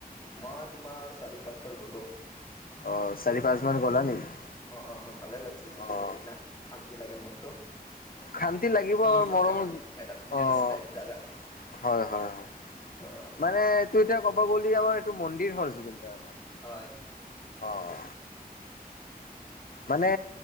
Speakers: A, on the left; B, on the left.
A: মই তোমাৰ চাৰি পাঁচবাৰ গ'লো।
B: অ, চাৰি পাঁচ বাৰ মান গ'লা নেকি?
A: অ', অ', ভালে লাগিছে তাতে
B: অ',
A: যাই কিনা শান্তি লাগে মনটো।
B: শান্তি লাগিব
A: পিচ
B: আমাৰ
A: আছে
B: মৰমৰ
A: মানে এটা পিচ
B: অ',
A: টাইপ জেগা।
B: হয়- হয় -হয়।
A: অ',
B: মানে এইটো এতিয়া ক'ব গ'লি আমাৰ এইটো মন্দিৰ হ জুবিন গাৰ্গৰ।
A: হয়।
B: অ', মানে